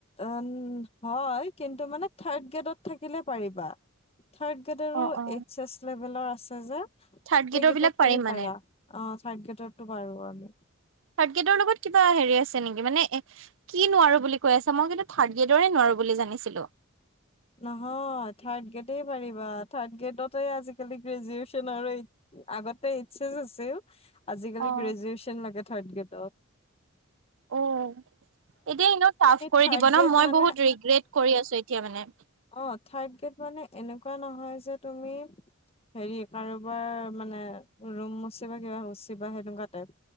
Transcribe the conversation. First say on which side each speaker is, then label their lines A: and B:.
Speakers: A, on the left; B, on the right.
A: উ হয় কিন্তু মানে থাৰ্ড গ্ৰেডত থাকিলে পাৰিবা থাৰ্ড গেডৰো
B: অ অ
A: এছ এইচ লেভেলৰ আছে <unintelligible>
B: থাৰ্ড
A: সেইকেইটাত
B: গ্ৰেডৰ বিলাক পাৰিম
A: তুমি
B: মানে
A: পাৰা, অ' থাৰ্ড গেডৰো টো পাৰো কাৰণে।
B: থাৰ্ড গ্ৰেডৰ লগত কিবা হেৰি আছে নেকি মানে কি নোৱাৰো বুলি কৈ আছে মই কিন্তু থাৰ্ড ইয়েডৰে নোৱাৰো বুলি জানিছিলো
A: নহয় থাৰ্ড গ্ৰেড পাৰিবা থাৰ্ড গ্ৰেডতে আজিকালি গ্ৰেজুৱচনৰ এই আগতে এইচ আছিল আজিকালি
B: অ',
A: গ্ৰেজুৱেচন লাগে থাডগেট
B: অঁ এতিয়া ইনো টাফ কৰি
A: থাৰ্ড
B: দিব
A: গ্ৰেড
B: ন মই
A: মানে
B: বহুত ৰিগ্ৰেট কৰি আছো এতিয়া মানে।
A: অঁ থাৰ্ড গেড মানে এনেকুৱা নহয় যে তুমি হেৰি কাৰোবাৰ মানে ৰুম মচি বা কিবাচ বা সেনেকুৱা টাইপ